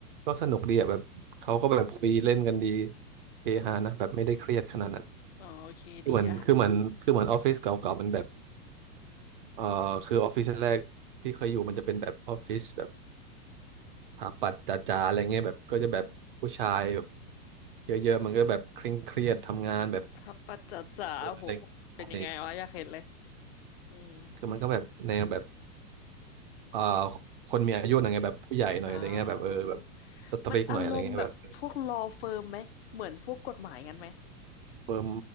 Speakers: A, on the right (about 35°); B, on the left (about 45°).
A: ก็สนุกดีอ่ะแบบเขาก็แบบคุยเล่นกันดีเฮฮานะแบบไม่ได้เครียดขนาดนั้น
B: อืมอ๋อโอเคดีอ่ะ
A: คือเหมือนคือเหมือนคือเหมือนออฟฟิศเก่าๆมันแบบ
B: อืม
A: เอ่อคือออฟฟิศแรกที่เคยอยู่มันจะเป็นแบบออฟฟิศแบบ สถาปัตย์จ๋าๆอะไรเงี้ยแบบก็จะแบบผู้ชายแบบ
B: อืม
A: เยอะๆมันก็แบบเคร่งเครียดทำงานแบบ
B: ทับปัจจาจาโห
A: เอออะไรใช่
B: เป็นยังไงวะอยากเห็นเลยอืม
A: คือมันก็แบบแนวแบบเอ่อคนมีอายุหน่อยไงแบบผู้ใหญ่หน่อยอะไรเงี้ยแบบเออแบบ
B: อ้าว
A: สตริกหน่อยอะไรเงี้ยแบบ
B: มันอารมณ์แบบพวก law firm ไหมเหมือนพวกกฎหมายกันไหม
A: เฟิร์ม